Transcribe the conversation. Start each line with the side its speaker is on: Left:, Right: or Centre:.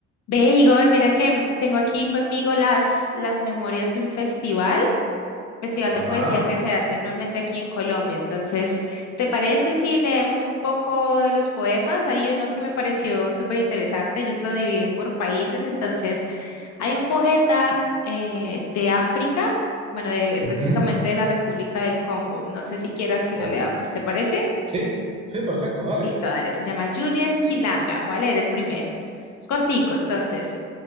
Left: Ve, Igor, mira que tengo aquí conmigo las, las memorias de un festival, festival
Right: Ajá.
Left: de poesía que se hace anualmente aquí en Colombia. Entonces, ¿te parece si leemos un poco de los poemas? Hay uno que me pareció súper interesante, ellos lo dividen por países. Entonces, hay un poeta eh, de África, bueno, de- específicamente
Right: ujú,
Left: de la República del Congo. No sé si quieras que
Right: o-
Left: lo leamos, ¿te parece?
Right: sí, sí, perfecto, dale.
Left: Listo, dale, se llama Julian Kilanga. Voy a leer el primero. Es cortico, entonces.